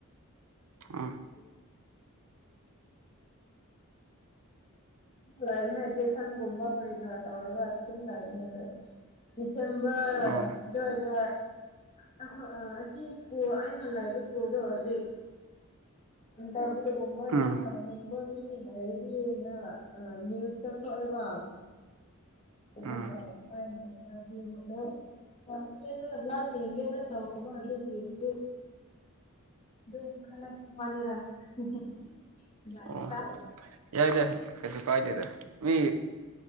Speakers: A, on the right; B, on the left.
A: ꯎꯝ
B: <unintelligible> ꯂꯩꯕꯅ‌ꯦ ꯇꯨꯏꯁꯟꯒꯨꯝꯕ ꯀꯔꯤꯀꯔꯥ ꯇꯧꯔꯒ ꯑꯗꯨꯝ ꯂꯩꯕꯅ‌ꯦ ꯗꯤꯁꯦꯝꯕꯔ
A: ꯑꯣ
B: ꯑꯗꯨꯋꯥꯏꯗ ꯑꯈ‌ꯣꯏ ꯑꯥ ꯉꯁꯤ ꯁ꯭ꯀꯨꯜ ꯑꯩꯅ ꯂꯩꯕ ꯁ꯭ꯀꯨꯜꯗ‌ꯣ ꯍꯖꯤꯛ ꯏꯟꯇꯔꯕ꯭ꯌꯨꯒꯨꯝꯕ ꯑꯣꯢꯅ
A: ꯎꯝ
B: ꯇꯧ ꯅꯤꯡꯕ ꯃꯤ ꯂꯩꯥꯔꯗꯤꯅ ꯑꯥ ꯅ꯭ꯌꯨꯁꯇ ꯊꯣꯛꯑꯦꯕ ꯑꯗꯨꯒ
A: ꯎꯝ
B: ꯍꯧꯔꯦꯟ ꯏꯟꯇꯔꯕꯤꯌꯨꯗ‌ꯣ ꯇꯧꯒ‌ꯦꯅ ꯂꯥꯛ ꯌ‌ꯦꯡꯒ‌ꯦꯅ ꯇꯧ ꯇꯧꯕ ꯑꯗꯨꯒꯤ ꯗꯨ ꯗꯨꯝ ꯈꯜꯂꯛꯄ ꯋꯥꯅꯤꯗ ꯂꯥꯏ꯭ꯞ ꯏꯁꯇꯥꯜ
A: ꯑꯣ ꯌꯥꯏꯗ ꯀꯩꯁꯨ ꯀꯥꯏꯗꯦꯗ ꯃꯤ